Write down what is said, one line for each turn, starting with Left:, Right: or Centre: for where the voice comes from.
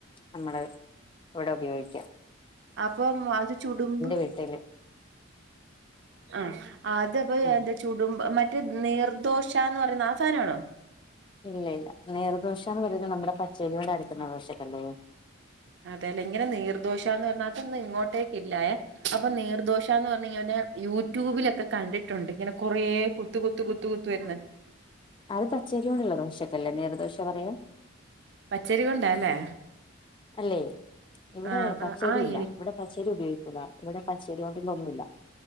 Left: നമ്മള് ഇവിടെ ഉപയോഗിക്ക.
Right: അപ്പൊ അത് ചുടുമ്പോ,
Left: വീട്ടില്
Right: ആഹ് അത്പ്പൊ
Left: ഉം
Right: എന്താ ചുടുമ്പോ മറ്റേ നീർദോശ എന്ന് പറയുന്ന ആ സാധനാണോ?
Left: ഇല്ല ഇല്ല. നീർദോശ എന്ന് പറയുന്നത് നമ്മുടെ പച്ചേരി കൊണ്ട് അരക്കുന്ന ദോശക്കല്ലേ.
Right: അതേല്ലേ. ഇങ്ങനെ നീർദോശ എന്ന് പറഞ്ഞാൽ അതൊന്നും ഇങ്ങോട്ടേക്ക് ഇല്ലായേ. അപ്പോ നീർദോശ ശാന്ന് പറഞ്ഞങ്ങല് യൂട്യൂബിലൊക്കെ കണ്ടിട്ടുണ്ട്, ഇങ്ങനെ കൊറേ കുത്ത് കുത്ത് കുത്ത് കുത്ത് വരുന്നെ.
Left: അത് പച്ചരി കൊണ്ടുള്ള ദോശക്കെല്ലേ നീർദോശ പറയാ.
Right: പച്ചരി കൊണ്ടാല്ലേ?
Left: അല്ലെ, ഇവിടെ
Right: ആഹ്
Left: പച്ചേരിയില്ല
Right: ആഹ് ആഹ് എനി
Left: ഇവിടെ പച്ചേരി ഉപയോഗിക്കൂല ഇവിടെ പച്ചേരി കൊണ്ടൊന്നുമില്ല.